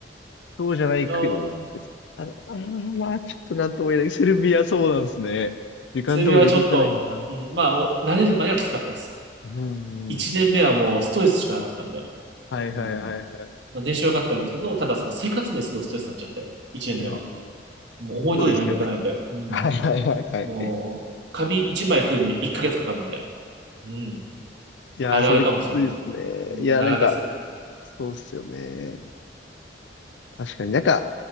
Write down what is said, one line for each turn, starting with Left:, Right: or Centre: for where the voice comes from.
Left: そうじゃない国。
Right: あー
Left: あ、あー、まあ、ちょっとなんとも言えない。セルビアそうなんですね。時間通り動かないんだ。
Right: セルビアはちょっと、うん、まあ、もう慣れるまではきつかったです。
Left: うん
Right: 一年目はもうストレスしかなかったんで。
Left: はいはいはいはい。
Right: うん。まあ、練習は良かったんですけど、ただその生活面すごいストレスになっちゃって、一年目は。
Left: うん。
Right: もう思い通りに歩めかないんで。
Left: そうですよね。
Right: うん。
Left: はいはいはいはい。
Right: もう、紙一枚食うのに一ヶ月かかるんで。うん。
Left: いやー、
Right: あるあるかもしれないけど。
Left: それきついですね。
Right: うん、
Left: いやー、
Right: なかなかせ、
Left: なんか、そうっすよね。確かになんか、